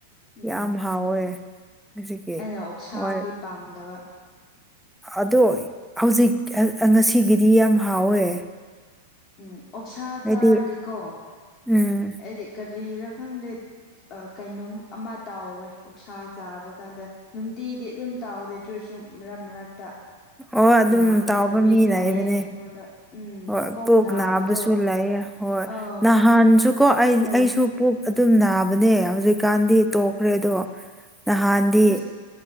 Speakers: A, on the left (about 20°); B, in the centre.
A: ꯎꯝ
B: ꯌꯥꯝ ꯍꯥꯎꯋꯦ ꯍꯧꯖꯤꯛꯀꯤ
A: ꯑꯩꯅ ꯑꯣꯛꯁꯥꯗꯤ
B: ꯍꯣꯏ
A: ꯄꯥꯝꯗꯕ
B: ꯑꯗꯣ ꯍꯧꯖꯤꯛ ꯉꯁꯤꯒꯤꯗꯤ ꯌꯥꯝ ꯍꯥꯎꯋꯦ
A: ꯎꯝ ꯑꯣꯛꯁꯥ
B: ꯍꯥꯏꯗꯤ
A: ꯆꯥꯔꯗꯤꯀꯣ
B: ꯎꯝ
A: ꯑꯩꯗꯤ ꯀꯔꯤꯔ ꯈꯪꯗꯦ ꯀꯩꯅꯣꯝ ꯑꯃ ꯇꯥꯎꯋꯦ ꯑꯣꯛꯁꯥ ꯆꯥꯕ ꯀꯥꯟꯗ ꯅꯨꯡꯇꯤꯗꯤ ꯑꯗꯨꯝ ꯇꯥꯎꯗꯦ ꯇꯔꯤ ꯗꯨꯝ ꯃꯔꯛ ꯃꯔꯛꯇ
B: ꯑꯣ ꯑꯗꯨꯝ
A: ꯌꯥꯗꯕ
B: ꯇꯥꯎꯕ
A: ꯅꯨꯃꯤꯠ
B: ꯃꯤ ꯂꯩꯕꯅꯦ
A: ꯂꯥꯛꯑꯦ ꯑꯩꯉꯣꯟꯗ ꯎꯝ
B: ꯍꯣꯏ
A: ꯀꯣꯛ
B: ꯄꯨꯛ
A: ꯅꯥꯕꯗꯣ
B: ꯅꯥꯕꯁꯨ ꯂꯩ ꯂꯩꯌꯦ ꯍꯣꯏ
A: ꯑꯥ
B: ꯅꯍꯥꯟꯁꯨ
A: ꯄꯨꯛ
B: ꯀꯣ ꯑꯩ
A: ꯗꯥꯏꯔꯦꯛ
B: ꯑꯩꯁꯨ ꯄꯨꯛ ꯑꯗꯨꯝ ꯅꯥꯕꯅꯦ ꯍꯧꯖꯤꯛꯀꯥꯟꯗꯤ ꯇꯣꯛꯈ꯭ꯔꯦꯗꯣ ꯅꯍꯥꯟꯗꯤ
A: ꯈ꯭ꯔꯤꯁ